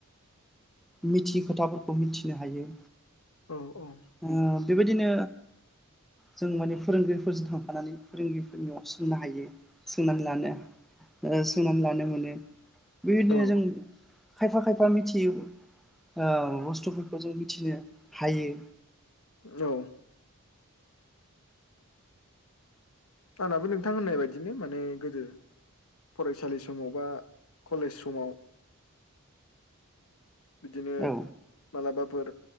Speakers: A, in the centre; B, on the left (about 80°).
A: मिथियै खोथाफोरखौ मिथिनो हायो।
B: औ औ
A: ओ बेबायदिनो जों माने फोरोंगिरिफोरजों थांफानानै फोरोंगिरिफोरनियाव सोंनो हायो सोंनानै लानो सोंनानै लानो मोनो। बेबायदिनो
B: औ
A: जों खायफा खायफा मिथियै ओ बुस्थुफोरखौ जों मिथिनो हायो।
B: औ आंनाबो नोंथां होननाय बायदिनो माने गोदो फरायसालि समाव बा कलेज समाव बिदिनो
A: औ
B: मालाबाफोर